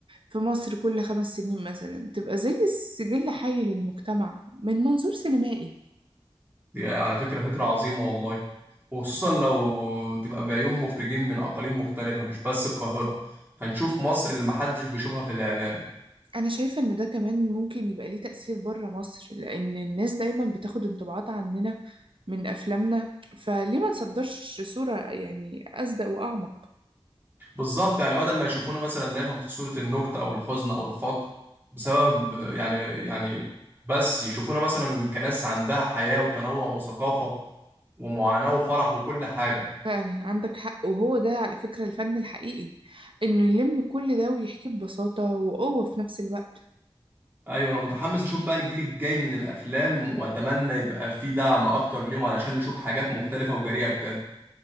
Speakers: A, on the right (about 60°); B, on the right (about 20°).
A: في مصر كل خمس سنين مثلا تبقى زي سجل حي للمجتمع من منظور سينمائي
B: دي على فكرة فكرة عظيمة والله وخصوصا لو تبقى بعيون مخرجين من أقاليم مختلفة مش بس القاهرة هنشوف مصر اللي محدش بيشوفها في الإعلام
A: أنا شايفة إن ده كمان ممكن يبقى ليه تأثير بره مصر لأن الناس دايما بتاخد انطباعات عننا من أفلامنا فليه ما نصدرش صورة يعني أصدق وأعمق
B: بالظبط يعني بدل ما يشوفونا مثلا دايما في صورة النكتة أو الحزن أو الفقر بسبب يعني يعني بس يشوفونا مثلا كناس عندها حياة وتنوع وثقافة ومعاناة وفرح وكل حاجة
A: فعلا عندك حق وهو ده على فكرة الفن الحقيقي إنه يلم كل ده ويحكيه ببساطة وقوة في نفس الوقت
B: أيوة أنا متحمس أشوف بقى الجيل الجاي من الأفلام وأتمنى يبقى فيه دعم أكتر ليهم علشان نشوف حاجات مختلفة وجريئة بجد